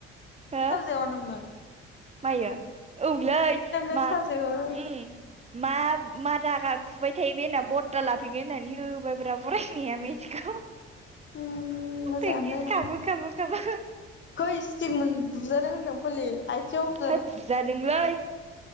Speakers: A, on the right; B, on the left.
A: हो
B: दनमोन।
A: मायो औलै
B: मेथ्स
A: मा
B: साबजेक्टआव
A: उम मा मा रागा बुबाय थायो बे होनना बदला लाफैगोन होननानै होबायब्रा फायनाया मेथ्सखौ।
B: उम मोजाङानो
A: फ्रेक्टिस
B: जादों
A: खामो खामो खामो
B: खै स्टिक मोन बुजादों होन्दों फलि आइथिंआव
A: हाय बुजादोंलै